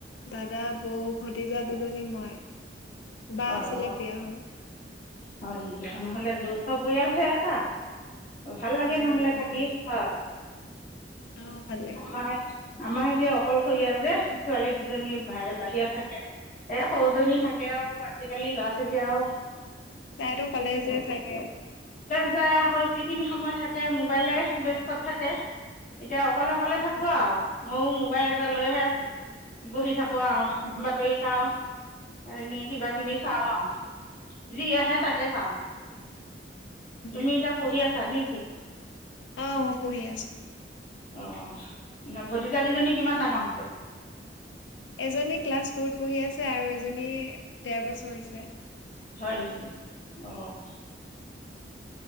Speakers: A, on the left; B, on the left.
A: দাদা, বৌ, ভতিজা দুজনী মই। বা
B: হয়
A: আছিলে
B: হয়,
A: বিয়া হল
B: অ হয় নেকি, নহ'লে য'ত থ পৰিয়াল হৈ আছা। ভাল
A: অ
B: লাগে নহ'লে
A: যৌথ
B: থাকি
A: পৰিয়াল
B: হয়।
A: অ ভাল লাগে
B: আমাৰ আমাৰ এতিয়া অকলশৰীয়া যে, ছোৱালী দুজনী বা বাহিৰত থাকে, এ সৰুজনী
A: অ
B: থাকে আৰু আজিকালি ল'ৰা ছোৱালীয়ে আও
A: তাইটো কলেজে যায়গে।
B: <unintelligible> যিখিনি সময় থাকে, মোক মোবাইলে ব্যস্তত
A: উম
B: থাকে। এতিয়া অকলে- অকলে
A: উম
B: থাকোঁ‌ আৰু। ময়ো মোবাইল এটা লৈহে, বহি থাকো। কোৱা আৰু
A: উম
B: বাতৰি চাওঁ। <unintelligible> টিভি চাওঁ আৰু। যি আহে তাকে চাওঁ,
A: উম।
B: তুমি এতিয়া পঢ়ি আছ <unintelligible>
A: অ', মই পঢ়ি আছোঁ।
B: অ', এনে ভতিজা দুজনী কিমান ডাঙৰ হৈছে।
A: এজনী ক্লাছ টুত পঢ়ি আছে আৰু এজনী দেৰ বছৰ হৈছে।
B: হয় নেকি। অ'